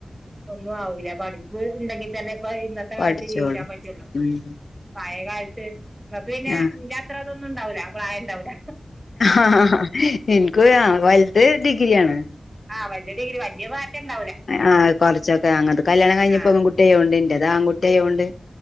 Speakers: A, on the right; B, on the left.
A: ഒന്നും ആവില്ല പഠിപ്പ് ഉണ്ടെങ്കിൽ തന്നെ ഇപ്പൊ ഇന്നത്തെ
B: പഠിച്ചോളും
A: കാലത്ത് ജീവിക്കാൻ പറ്റുള്ളൂ
B: ഉം
A: പഴയ കാലത്ത് ഇ ങ്ങക്ക് പിന്നെന്റെ
B: ആഹ്
A: ത്ര അതൊന്നും ഉണ്ടാവുല്ല പ്രായംണ്ടാവുല്ല
B: ആ ഇൻക്ക് ആ വൽത് ഡിഗ്രിയാണ്
A: ആ വൽത് ഡ്രിഗ്രി രി വല്ല മാറ്റണ്ടാ
B: ആ കുറച്ചൊക്കെ ങ്ങത് കല്യാണം കഴിഞ്ഞപ്പോ
A: ആ
B: പെൺകുട്ടിയോ ണ്ട് ഇന്റെത്ആൺകുട്ടി ആയോ ഉണ്ട്